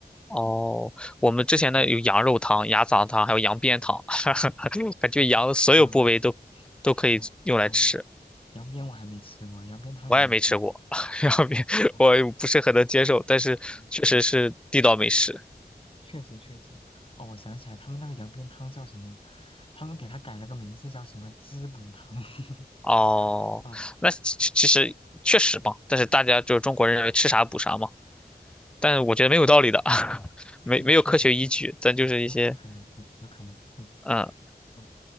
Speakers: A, in the centre; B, on the left (about 30°).
A: 哦，
B: 嗯，
A: 我们之前呢有羊肉汤、羊杂汤，还有羊鞭汤，<laughs> 感觉羊的所有部位都都可以用来吃。
B: <laughs> 羊，嗯。哦，羊鞭我还没吃过，羊鞭汤也没喝过。
A: 我也没吃过 <laughs> 羊鞭，
B: 哦，
A: 我也不是很能接受，但是确实是地道美食。
B: 嗯嗯，确实确实。哦，我想起来，他们那个羊鞭汤叫什么？他们给它改了个名字，叫什么滋补汤。<laughs>
A: 哦，
B: 嗯
A: 那其其实确实吧，
B: 嗯，
A: 但是大家就是中国人认为吃啥补啥嘛，但是我觉得没有道理的，<laughs>
B: 对，
A: 没没有科学依据，
B: 确实确实，
A: 咱就是一些
B: 嗯，有有可能，对，有可能。嗯
A: 嗯，
B: 嗯